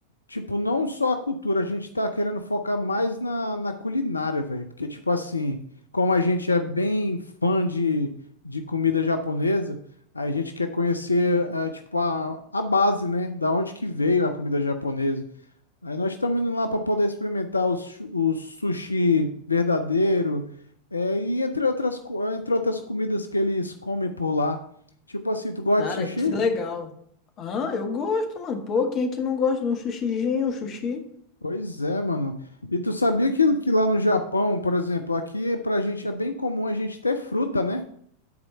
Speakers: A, on the left; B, on the left.
A: Tipo, não só a cultura, a gente tá querendo focar mais na, na culinária, velho. Porque, tipo assim, como a gente é bem fã de, de comida japonesa, a gente quer conhecer, ah, tipo, a, a base, né? Da onde que veio a comida japonesa. Aí nós estamos indo lá para poder experimentar o, su- o sushi verdadeiro, é, e entre outras, co- entre outras comidas que eles comem por lá. Tipo assim, tu gosta
B: Cara,
A: de sushi?
B: que legal. Ah, eu gosto, mano, pô, quem é que não gosta de um sushizinho, um sushi?
A: Pois é, mano. E tu sabia que, que lá no Japão, por exemplo, aqui pra gente é bem comum a gente ter fruta, né?